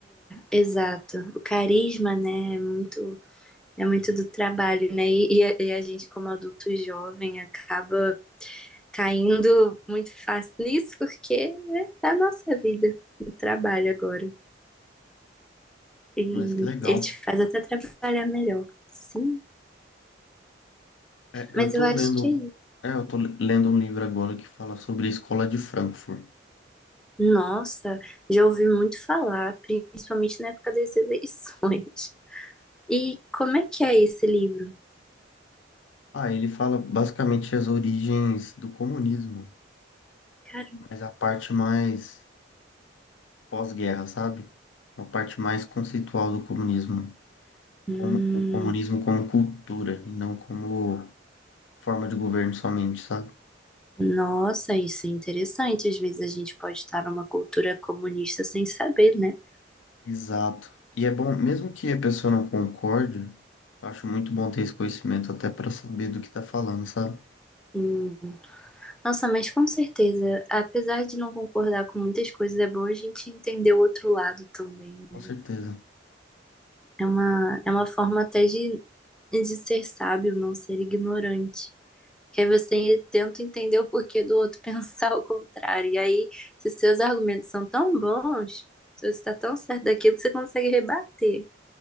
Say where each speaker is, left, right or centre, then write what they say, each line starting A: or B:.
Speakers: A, in the centre; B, on the left.
A: exato. O carisma, né, é muito, é muito do trabalho, né? E, e a, e a gente, como adulto jovem, acaba caindo muito fácil nisso, porque é a nossa vida, o trabalho agora. E
B: Mas que legal.
A: ele te faz até trabalhar melhor. Sim,
B: É, eu
A: mas
B: tô
A: eu acho
B: lendo.
A: que é
B: É, eu tô lendo um livro agora que fala sobre a escola de Frankfurt.
A: Nossa, já ouvi muito falar, principalmente na época das eleições. E como é que é esse livro?
B: Ah, ele fala basicamente as origens do comunismo,
A: Cara,
B: mas a parte mais pós-guerra, sabe? Uma parte mais conceitual do comunismo,
A: hum,
B: como o comunismo como cultura e não como forma de governo somente, sabe?
A: nossa, isso é interessante. Às vezes a gente pode estar numa cultura comunista sem saber, né?
B: Exato. E é bom, mesmo que a pessoa não concorde, eu acho muito bom ter esse conhecimento até para saber do que tá falando, sabe?
A: Hum, Nossa, mas com certeza, apesar de não concordar com muitas coisas, é bom a gente entender o outro lado também, né?
B: Com certeza.
A: É uma, é uma forma até de é de ser sábio, não ser ignorante. Que aí você tenta entender o porquê do outro <laughs> pensar o contrário. E aí, se seus argumentos são tão bons, se você está tão certo daquilo, você consegue rebater.